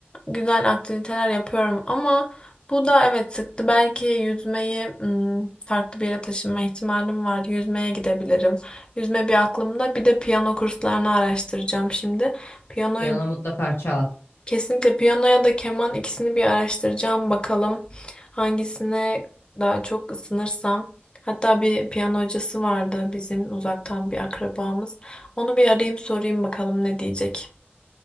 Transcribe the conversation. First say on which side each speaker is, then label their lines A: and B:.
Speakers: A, on the left; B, on the left.
A: güzel aktiviteler yapıyorum ama bu da evet sıktı. Belki yüzmeyi hmm, farklı bir yere taşınma ihtimalim var. Yüzmeye gidebilirim. Yüzme bir aklımda. Bir de piyano kurslarını araştıracağım şimdi. Piyanoyu
B: Piyano mutlaka çal.
A: Kesinlikle piyano ya da keman ikisini bir araştıracağım bakalım hangisine daha çok ısınırsam. Hatta bir piyano hocası vardı bizim uzaktan bir akrabamız. Onu bir arayayım sorayım bakalım ne diyecek.